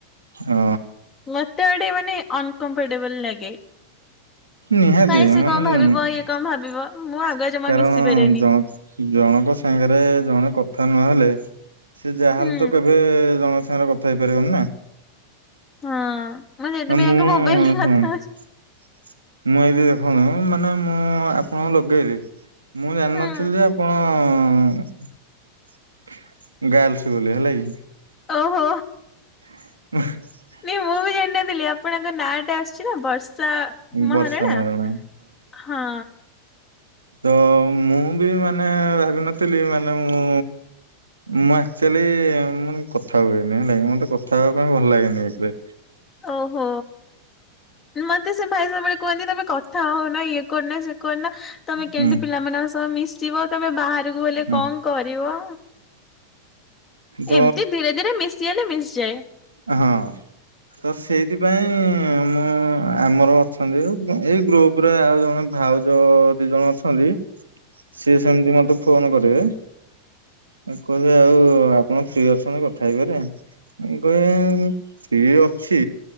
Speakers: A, on the right; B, on the left.
A: ଅ
B: ମତେ ଗୋଟେ ମାନେ ଅନକମ୍ଫର୍ଟେବଲ ଲାଗେ।
A: ନିହାତି
B: କାଳେ ସେ
A: ମାନେ
B: କଣ ଭାବିବ ଇଏ କଣ ଭାବିବ
A: କାରଣ
B: ମୁଁ ଆଗୁଆ ଜମା ମିଶି ପାରେନି।
A: ଜଣ ଜଣଙ୍କ ସାଙ୍ଗରେ ଜଣେ କଥା ନହେଲେ ସେ ଯାହାହେଲେ
B: ହୁଁ
A: ତ କେବେ ଜଣଙ୍କ ସାଙ୍ଗରେ କଥା ହେଇପାରିବନି ନା।
B: ହଁ। ସେଥିପାଇଁ
A: ଆ ମୁଁ
B: ଆଙ୍କ ମୋବାଇଲରେ କଥା
A: ମୁଁ ଏଇଠି <unintelligible> ମୁଁ ମାନେ ମୁଁ ଆପଣଙ୍କୁ ଲଗେଇଲି ମୁଁ ଜାଣିନଥିଲି
B: ହୁଁ
A: ଯେ ଆପଣ ହଁ ଗାର୍ଲସ ବୋଲି ହେଲା କି।
B: ଓହୋ।
A: <unintelligible>
B: ନାଇଁ ମୁଁ ବି ଆପଣଙ୍କ ନାଁ ଟା ଆସୁଛି ନା ବ ସା ମହାରାଣା
A: ବର୍ଷା ମହାରଣା
B: ହଁ।
A: ତ ମୁଁ ବି ମାନେ ଭାବିନଥିଲି ମାନେ ମୁଁ ମୁଁ ଆକ୍ଚୁଆଲି ମୁଁ କଥା ହୁଏନି ହେଲାକି ମତେ କଥା ହବା ପାଇଁ ଭଲ ଲାଗେନି ଏତେ।
B: ଓହୋ ମତେ ସେ ଭାଇ ସବୁବେଳେ କୁହନ୍ତି ତମେ କଥା ହଉନ ଇଏ କରୁନ ସେ କରୁନ ତମେ କେମିତି
A: ହୁଁ
B: ପିଲାମାନଙ୍କ ସହ ମିଶି ଯିବ ତମେ ବାହାରକୁ ଗଲେ
A: ହୁଁ
B: କଣ କରିବ?
A: ତ
B: ଏମିତି ଧୀରେ ଧୀରେ ମିଶିଗଲେ ମିଶିଯାଏ।
A: ହଁ। ତ ସେଇଥିପାଇଁ ମୁଁ ଆମର ଅଛନ୍ତି ଏଇ ଗ୍ରୁପ ରେ ଆଉ ଜଣେ ଭାଉଜ ଦି ଜଣ ଅଛନ୍ତି ସିଏ ସେମିତି ମତେ ଫୋନ କରିବେ। କହେ ଆଉ ଆପଣ ଫ୍ରୀ ଅଛନ୍ତି କଥା ହେଇପାରିବା। <unintelligible> ଫ୍ରୀ ଅଛି।